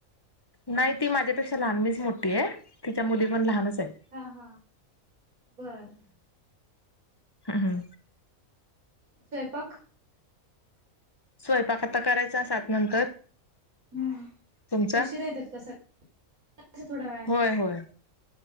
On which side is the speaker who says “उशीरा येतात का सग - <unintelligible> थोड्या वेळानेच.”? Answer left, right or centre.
Right